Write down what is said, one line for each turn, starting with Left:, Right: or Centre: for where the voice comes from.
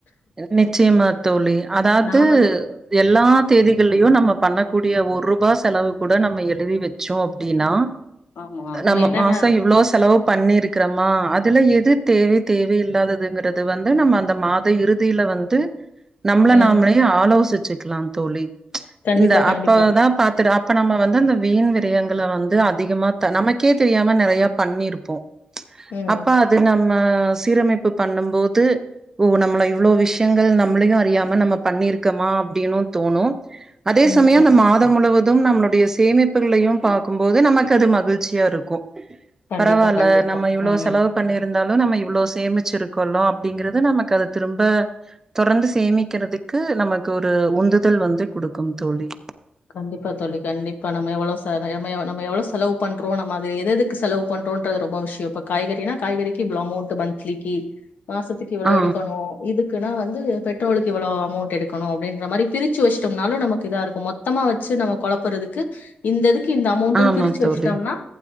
Right: நிச்சயமா தோழி அதாவ்து
Left: நான் வந்து
Right: எல்லா தேதிகள்லியு நம்ம பண்ணக்கூடிய ஒரூபா செலவு கூட நம்ம எழுதி வச்சோ அப்டின்னா
Left: ஆமா.
Right: நம்ம
Left: என்னன்னா
Right: மாச இவ்ளோ செலவு பண்ணிருக்கிறமா அதுல எது தேவை தேவை இல்லாததுங்கிறது வந்து நம்ம அந்த மா த இறுதியில வந்து நம்மள
Left: ம்.
Right: நாமளே ஆலோசிச்சுக்கலா தோழி
Left: கண்டிப்பா,
Right: இந்த
Left: கண்டிப்பா.
Right: அப்பதா பாத்துட்டு அப் ப நம்ம வந்து அந்த வீண் விரயங்கள வந்து அதிகமா த நமக்கே தெரியாம நெறைய பண்ணிருப்போ
Left: ம்.
Right: அப்ப அது நம்ம சீரமைப்பு பண்ணும்போது ஓ நம்மள இவ்வளோ விஷ்யங்கள் நம்மளையு அறியாம நம்ம பண்ணிருக்கோமா அப்டின்னு தோணு அதே
Left: கண்டிப்பா.
Right: சமயோ நம்மத் தம் முழுவது நம்மளுடைய சேமிப்புகளையு பாக்கும்போது நமக்கு அது மகிழ்ச்சியா இருக்கு
Left: கண்டிப்பா,
Right: பரவால்ல
Left: கண்டிப்பா.
Right: நம்ம இவ்ளோ
Left: ம்.
Right: செலவு பண்ணிருந்தாலு நம்ம இவ்ளோ சேமிச்சி இருக்கோள அப்டிங்கறத நமக் <unintelligible> திரும்ப தொரந்து சேமிக்கிறதுக்கு நமக்கு ஒரு உந்துதல் வந்து குடுக்கு தோழி
Left: கண்டிப்பா தோழி கண்டிப்பா நம்ம எவ்ளோ செ <unintelligible> நம்ம எவ்ளோ செலவு பண்றோ நம்ம அது எது எதுக்கு செலவு பண்றோ ண்டு அது ரொம்ப விஷ்யோ இப்ப காய்கறினா காய்கறிக்கு இவ்ளோ அமௌண்ட் மந்த்லிக்கு மாசத்துக்கு இவ்ளோ
Right: ஆ,
Left: எடுக்கணு இதுக்குன்னா வந்து பெட்ரோலுக்கு இவ்ளோ அமௌண்ட் எடுக்கணு அப்டின்ற மாரி பிரிச்சு வச்சுடேம்னாலு நமக்கு இதா இருக்கு மொத் தமா வச்சு நம்ம கொழப்பறதுக்கு இந்த இதுக்கு இந்த அமௌண்ட்டுன்னு
Right: ஆமா
Left: பிரிச்சு வச்சுட்டோம்னா
Right: தோழி.